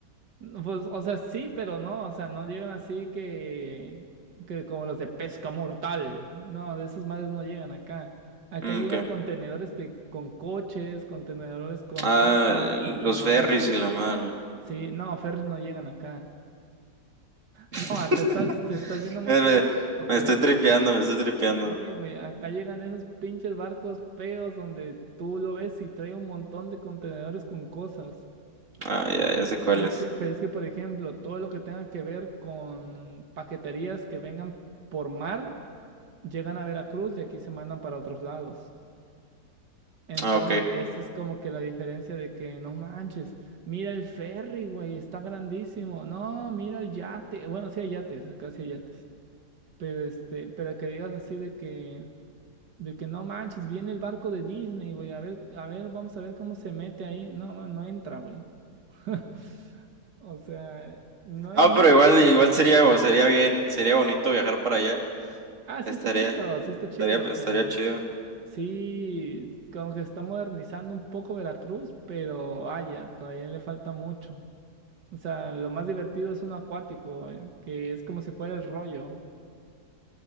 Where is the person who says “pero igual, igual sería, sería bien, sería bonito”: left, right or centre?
Right